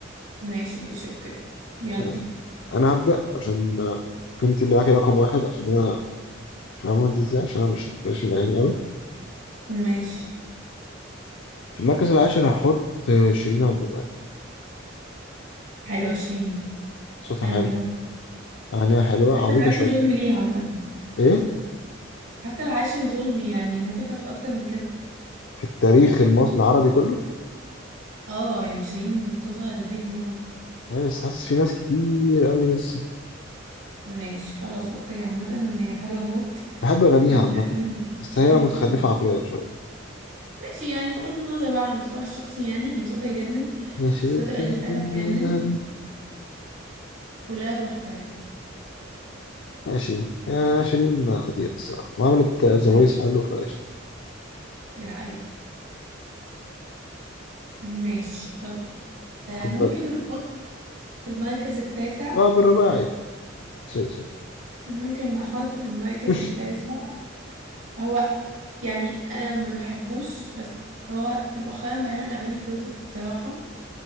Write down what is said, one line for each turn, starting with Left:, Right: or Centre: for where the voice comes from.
Right: ماشي ماشي اوكي يلا
Left: ماشي
Right: بينا
Left: أنا هبدأ عشان آه، كنت اللي معاكي رقم واحد عشان أنا فاهمة أنت إزاي عشان أنا مش مش في الأغاني أوي
Right: ماشي
Left: في المركز العاشر هحط آه، شيرين عبد الوهاب
Right: حلو عشرين
Left: صوتها
Right: حلو
Left: حلو
Right: موت
Left: أغانيها حلوة
Right: حتى
Left: عبيطة
Right: العاشر
Left: شويتين
Right: ظلم ليها عامة
Left: إيه
Right: حتى العاشر ظلم يعني ممكن تاخد اكتر من كده
Left: في التاريخ المصري العربي كله
Right: اه يعني شيرين صوتها لذيذ موت
Left: أنا بس حاسس في ناس كتير أوي لسه
Right: ماشي خلاص اوكي عامة هي حلوة موت
Left: بحب أغانيها
Right: عملت
Left: عامة
Right: اغاني
Left: بس
Right: كتير
Left: هي متخلفة
Right: خطيرة
Left: عقليا شوية
Right: ماشي يعني بغض النظر بقى على المستوى الشخصي يعني هي صوتها يجنن
Left: ما شربتش
Right: اختيارات الاغاني بتاعتها
Left: منها
Right: تجنن كلها تحفة يعني
Left: ماشي يا شيرين خطير الصراحة وعملت آه، زوايز
Right: امم
Left: حلو فقشطة
Right: دي حقيقة ماشي طيب
Left: اتفضل
Right: آه ممكن نحط في المركز التاسع
Left: لاعب الرباعي سوري سوري
Right: <laughs> ممكن نحط في المركز
Left: شوش
Right: التاسع هو يعني انا ما بحبوش بس هو مؤخرا بيعمل اغاني بيرفكت صراحة